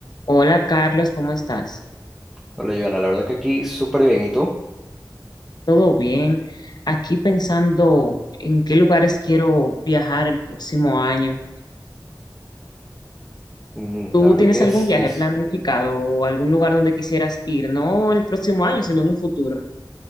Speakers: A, on the left (about 60°); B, in the centre.
A: Hola Carlos, ¿cómo estás?
B: Hola, Joana, la verdad que aquí súper bien. ¿Y tú?
A: ¿Todo bien? Aquí pensando en qué lugares quiero viajar el próximo año.
B: Mm,
A: ¿Tú
B: la verdad
A: tienes
B: que
A: algún
B: sí.
A: viaje
B: es-
A: planificado o algún lugar donde quisieras ir? No el próximo año, sino en un futuro.